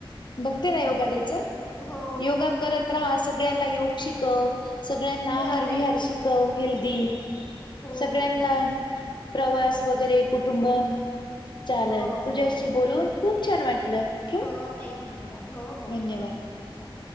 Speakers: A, on the left; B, on the left.
A: बघते ना योगा डे च
B: हो
A: योगा करत राहा सगळ्यांना योगा शिकव. सगळ्यांना
B: हो
A: आहार
B: ताई
A: विहार
B: हो
A: शिकव हेल्दी.
B: हो
A: सगळ्यांना
B: हो हो
A: प्रवास वगैरे कुटुंब चालन
B: हो
A: तुझ्याशी. बोलून खूप छान वाटलं. ठेवू
B: हो ताई धन्यवाद हो हो हो
A: धन्यवाद.
B: हो.